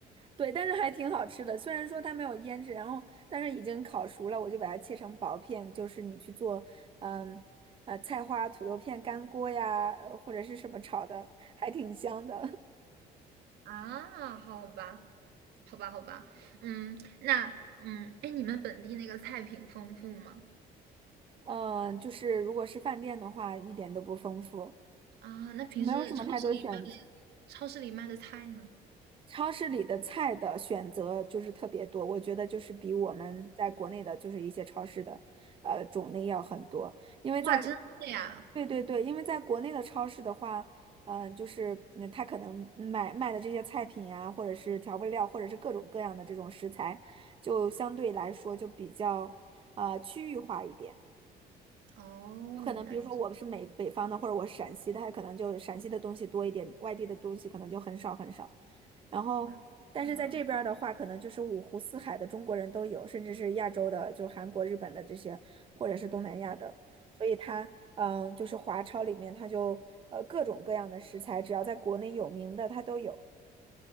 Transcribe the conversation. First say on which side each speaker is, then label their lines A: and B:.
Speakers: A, on the right; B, on the right.
A: 对，但是还挺好吃的。虽然说它没有腌制，然后但是已经烤熟了，我就把它切成薄片，就是你去做，嗯，呃，菜花、土豆片干锅呀，呃或者是什么炒的，还挺香的。
B: 啊！好吧，好吧，好吧，嗯，那嗯，哎，你们本地那个菜品丰富吗？
A: 嗯，就是如果是饭店的话，一点都不丰富，
B: 啊，那平时超市里卖的
A: 就没有什么太多选择
B: 超市里卖的菜呢？
A: 超市里的菜的选择就是特别多，我觉得就是比我们在国内的，就是一些超市的，呃，种类要很多。因为在，
B: 哇，真的呀！
A: 对对对，因为在国内的超市的话，嗯、就是嗯，他可能买卖的这些菜品呀、或者是调味料，或者是各种各样的这种食材，就相对来说就比较，呃，区域化一点。
B: 哦，
A: 有可能，
B: 原来是这
A: 比如说我是美北方的，或者我是陕西的，他可能就陕西的东西多一点，外地的东西可能就很少很少。然后，
B: 样
A: 但是在这边儿的话，
B: 啊！
A: 可能就是五湖四海的中国人都有，甚至是亚洲的，就韩国、日本的这些，或者是东南亚的。所以它，嗯、就是华超里面，它就呃各种各样的食材，只要在国内有名的，它都有。